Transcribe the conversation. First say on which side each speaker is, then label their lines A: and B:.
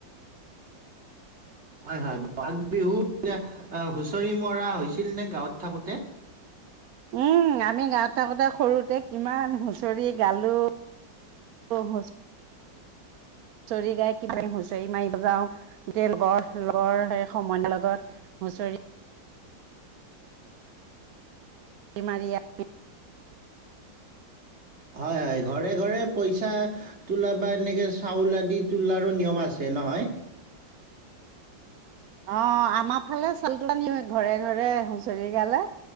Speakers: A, on the right (about 35°); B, on the right (about 70°).
A: হয় হয় বহাগ বিহুত হুঁচৰি মৰা হৈছিল নে গাঁৱত থাকোতে
B: উম আমি গাৱত থাকোতে সৰুতে কিমান হুচৰি গালো হুচৰি গাই কি হুচৰি মাৰিব যাওঁ তে লগৰ লগৰ সমনীয়াৰ লগত হুচৰি এইমাৰীয়া
A: হয় হয় ঘৰে ঘৰে পইচা তোলা বা এনেকে চাউল আদি তোলাৰো নিয়ম আছে নহয়
B: অ আমাৰ ফালে চাউল তোলা ন ঘৰে ঘৰে হুঁচৰি গালে